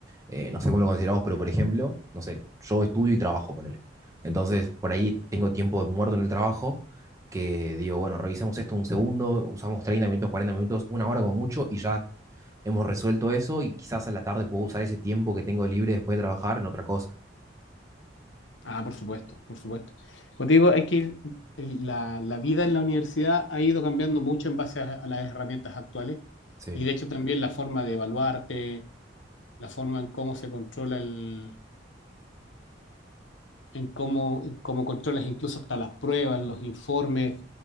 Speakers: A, on the right; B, on the left.
A: Eh, no sé cómo lo consideramos, pero por ejemplo, no sé, yo estudio y trabajo, ponele. Entonces, por ahí tengo tiempo muerto en el trabajo que digo, bueno, revisemos esto un segundo, usamos 30 minutos, 40 minutos, una hora como mucho y ya hemos resuelto eso y quizás a la tarde puedo usar ese tiempo que tengo libre después de trabajar en otra cosa.
B: Ah, por supuesto, por supuesto. Como te digo, hay que ir, el- la, la vida en la universidad ha ido cambiando mucho en base a, a las herramientas actuales
A: Sí,
B: y de hecho también la forma de evaluarte, la forma en cómo se controla el, en cómo, en cómo controlas incluso hasta las pruebas, los informes.